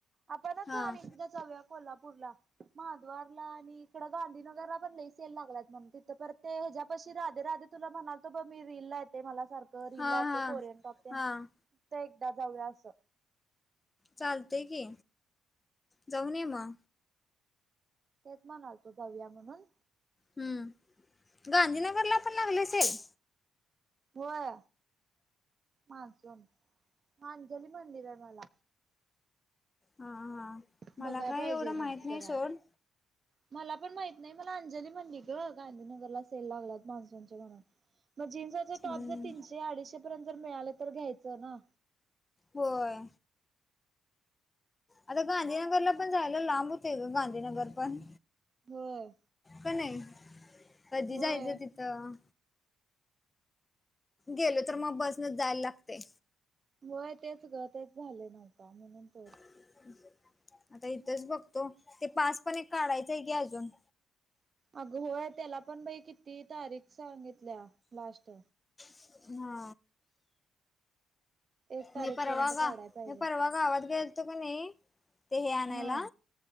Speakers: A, on the right; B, on the left.
A: आपणच
B: हां
A: आणि एकदा जाऊया कोल्हापूरला महाद्वारला आणि इकडं गांधीनगरला पण, लई सेल लागल्यात म्हणून तिथं परत ते हेज्यापशी रा राधे तुला म्हणालतो, ब मी रीलला येतय. मला सारखं रीलला
B: हां
A: येतय.
B: हां
A: कोरियन टॉप तेन
B: हां
A: दा जाऊया असं
B: चालतय की, जाऊन ये म
A: तेच म्हणालतो जाऊया म्हणून
B: हम्म, गांधीनगरला पण लागलय सेल
A: होय. मान्सून अंजली म्हणली बाय मला
B: हा, हा मला
A: बघाय
B: काय
A: पाहिजे
B: एवढं, माहीत
A: मग
B: नाय
A: जरा
B: सोड
A: मला पण माहित नाही. मला अंजली म्हणली ग. गांधीनगरला सेल लागल्यात मान्सूनचे म्हणून म जिन्स जे टॉप
B: हम्म
A: जर तीनशे-अडीचशे पर्यंत जर मिळाले तर घ्यायचं ना?
B: होय. आता गांधीनगरला पण जायला लांब होतय ग गांधीनगर पण.
A: होय.
B: क नाइ कधी
A: होय
B: जायचं तिथं? गेलो तर मग बसनच जायला लागतंय.
A: होय तेच ग तेच झालय नव्हका म्हणून तर.
B: <inaudible> आता इथंच बघतो ते पास पण एक काढायचंय की अजून.
A: अग होय. त्याला पण बाई किती तारीख सांगितल्या लास्ट.
B: हा
A: एक तारीख
B: मी परवा
A: पर्यंत
B: गा
A: काढाय पाहिजे
B: मी पररवा गावात घ्यालतो का नाही ते हे आणायला
A: हा